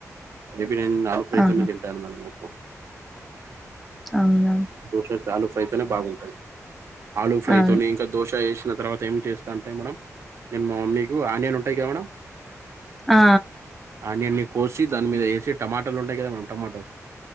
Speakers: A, on the right; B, in the centre.
A: <unintelligible> ఆలూ ఫ్రై
B: ఆహా
A: తోనే తింటాను మేడం <inaudible>
B: ఆవునా
A: దోశెలుతో ఆలూ ఫ్రై తోనే బాగుంటది ఆలూ ఫ్రై
B: అవును
A: తోనే ఇంకా దోశ ఏసిన తర్వా త ఏం చేస్తా అంటే మేడం నేను మా మమ్మీకి ఆనియన్ ఉంటాయి కదా మేడం
B: ఆ
A: అనియన్ ‌ని కోసి దాని మీద ఏసి టమాటలు ఉంటాయి కదా మేడం టమాటా